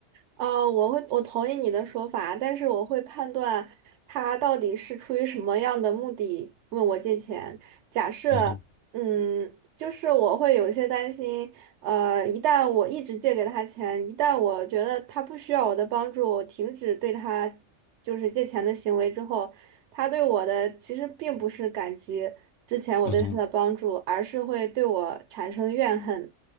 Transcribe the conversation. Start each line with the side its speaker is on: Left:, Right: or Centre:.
Right: 哦，我会，我同意你的说法，但是我会判断他到底是出于什么样的目的问我借钱。假设，
Left: 嗯哼，
Right: 嗯，就是我会有些担心，呃，一旦我一直借给他钱，一旦我觉得他不需要我的帮助，我停止对他就是借钱的行为之后，他对我的其实并不是感激之前我对他的帮助，
Left: 嗯哼，
Right: 而是会对我产生怨恨。